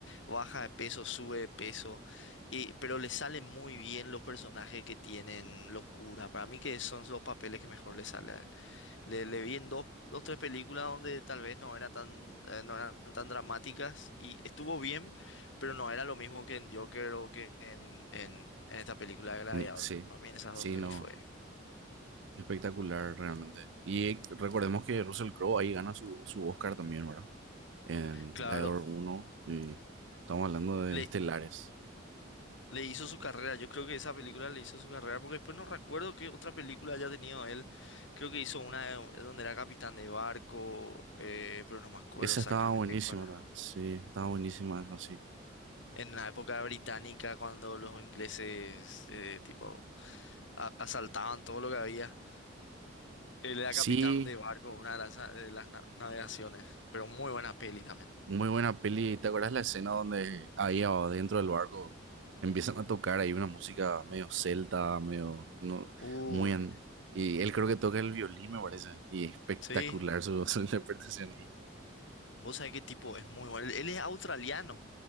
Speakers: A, on the left (about 70°); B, on the right (about 65°).
A: Baja de peso, sube de peso, y, pero le salen muy bien los personajes que tienen locura. Para mí que son los papeles que mejor le salen le, le vi en dos, dos, tres películas donde tal vez no era tan, eh, no eran tan dramáticas y estuvo bien, pero no era lo mismo que en Joker o que en, en, en esta película de Gladiador.
B: Ni- Sí,
A: Para mí en esas
B: sí,
A: dos pelis
B: no.
A: fue...
B: Espectacular realmente. Y recordemos que Russell Crowe ahí gana su, su Oscar también, ¿verdad? En
A: Claro,
B: Gladiador uno Y estamos hablando de
A: le,
B: Estelares.
A: le hizo su carrera, yo creo que esa película le hizo su carrera, porque después no recuerdo qué otra película haya tenido él. Creo que hizo una de- donde era capitán de barco, eh, pero no me acuerdo
B: Esa
A: exactamente
B: estaba buenísima
A: cuál. era.
B: también. Sí, estaba buenísima esa, sí.
A: En la época británica, cuando los ingleses, eh, tipo... a- asaltaban todo lo que había. Él era
B: Sí,
A: capitán de barco, una de las, de las na- navegaciones, pero muy buena peli también.
B: muy buena peli. ¿Te acuerdas la escena donde ahí adentro del barco empiezan a tocar ahí una música medio celta, medio... No,
A: Uy,
B: muy... an- Y él creo que toca el violín, me parece. Y espectacular
A: sí,
B: su, <laughs> su interpretación ahí.
A: vos sabés qué tipo, es muy bueno. Él, él es australiano,